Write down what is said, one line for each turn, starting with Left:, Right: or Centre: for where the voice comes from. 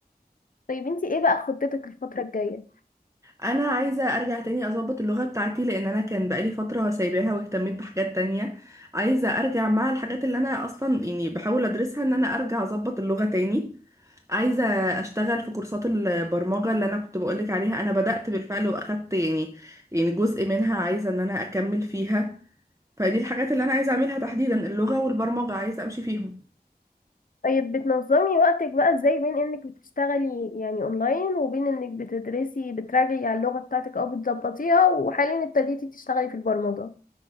Left: طيب انتي ايه بقى خطتك الفترة الجاية؟
Right: انا عايزه ارجع تاني اظبط اللغه بتاعتي لان انا كان بقالي فتره سايباها واهتميت بحاجات تانية عايزه ارجع مع الحاجات اللي انا اصلا يعني بحاول ادرسها ان انا ارجع اظبط اللغه تاني عايزه اشتغل في كورسات البرمجه اللي انا كنت بقولك عليها انا بدات بالفعل واخدت يعني يعني جزء منها عايزه ان انا اكمل فيها فدي الحاجات اللي انا عايزه اعملها تحديدا اللغه والبرمجه عايزه امشي فيهم
Left: طيب بتنظمي وقتك بقى ازاي بين انك بتشتغلي يعني اونلاين وبين انك بتدرسي بتراجعي على اللغة بتاعتك او بتظبطيها وحاليا ابتديتي تشتغلي في البرمجة